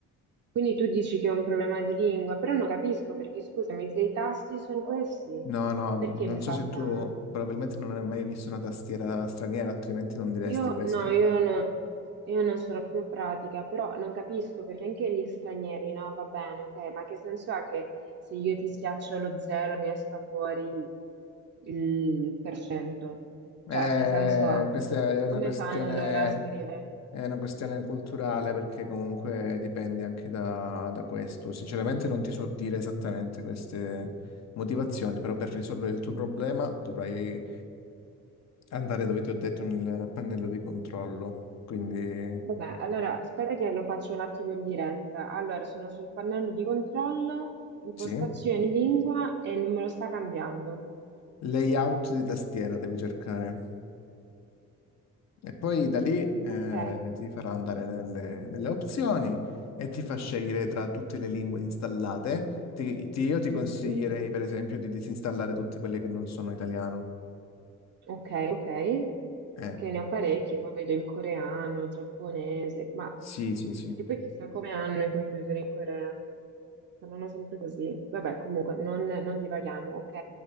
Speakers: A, on the right; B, on the left.
A: Quindi tu dici che è un problema di lingua, però non capisco perché, scusami, se i tasti sono questi,
B: No, no,
A: perché
B: non
A: mi
B: so
A: fa
B: se
A: sta...
B: tu probabilmente non hai mai visto una tastiera straniera, altrimenti non diresti
A: Io
B: questo.
A: no, io non, io non sono più pratica, però non capisco perché anche gli stranieri, no? Va bene, ok, ma che senso ha che se io ti schiaccio lo zero mi esca fuori il per cento?
B: Eh,
A: Cioè, che senso ha?
B: questa è una
A: Come
B: questione,
A: fanno loro a scrivere?
B: è una questione culturale perché comunque dipende anche da, da questo. Sinceramente non ti so dire esattamente queste motivazioni, però per risolvere il tuo problema dovrai Andare dove ti ho detto nel pannello di controllo, quindi
A: Vabbè, allora aspetta che lo faccio un attimo in diretta. Allora, sono sul pannello di controllo, impostazioni
B: sì.
A: lingua e non me lo sta cambiando.
B: Layout di tastiera devi cercare e poi da lì eh,
A: Ok?
B: ti farà andare nelle, nelle opzioni e ti fa scegliere tra tutte le lingue installate. Ti- ti- io ti consiglierei
A: Mm,
B: per esempio di disinstallare tutte quelle che non sono italiano.
A: ok, ok.
B: Eh,
A: Che ne ho parecchi, poi vedo il coreano, il giapponese, ma
B: sì, sì, sì.
A: che poi chissà come hanno i computer in Corea. Saranno sempre così. Vabbè, comunque, non, non divaghiamo, ok?